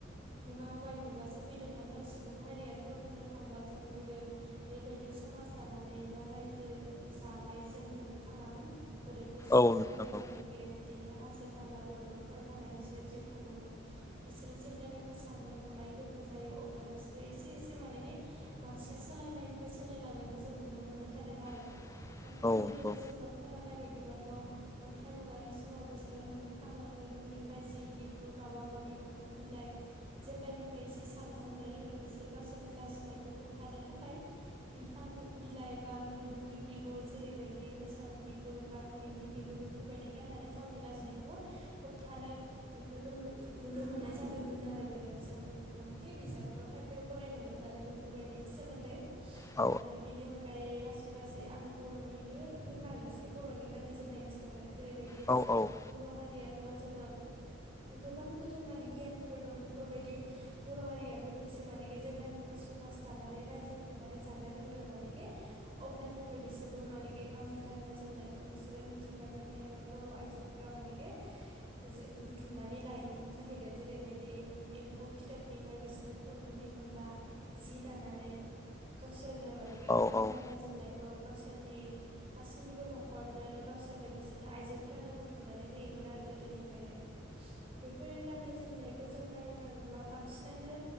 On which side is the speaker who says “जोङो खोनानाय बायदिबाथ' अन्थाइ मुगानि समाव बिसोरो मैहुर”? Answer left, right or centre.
Right